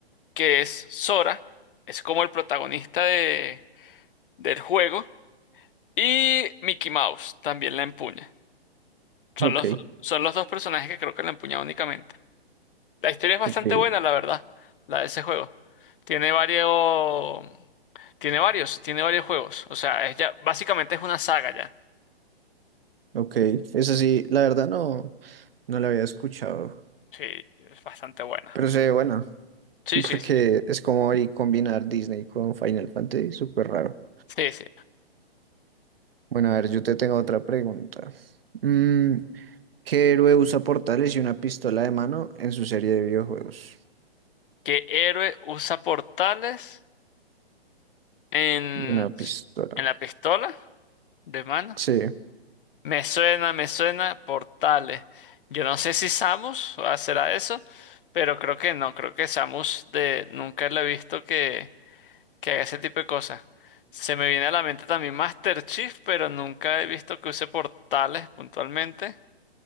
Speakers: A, on the left (about 55°); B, on the right (about 65°).
A: que es Sora, es como el protagonista de, del juego, y Mickey Mouse también la empuña. Son
B: ok,
A: los, do- son los dos personajes que creo que la empuña únicamente. La historia es bastante
B: ok,
A: buena, la verdad, la de ese juego. Tiene varios, tiene varios, tiene varios juegos. O sea, es ya, básicamente es una saga ya.
B: ok. Ese sí, la verdad no, no lo había escuchado.
A: Sí, es bastante buena.
B: Pero se ve bueno,
A: Sí, sí,
B: porque
A: sí.
B: es como ahí combinar Disney con Final Fantasy, súper raro.
A: Sí, sí.
B: Bueno, a ver, yo te tengo otra pregunta. Mm, ¿qué héroe usa portales y una pistola de mano en su serie de videojuegos?
A: ¿Qué héroe usa portales en,
B: Y una pistola.
A: en la pistola de mano?
B: Sí,
A: Me suena, me suena, Portales. Yo no sé si Samus será eso, pero creo que no, creo que Samus de nunca la he visto que, que haga ese tipo de cosas. Se me viene a la mente también Master Chief, pero nunca he visto que use portales puntualmente.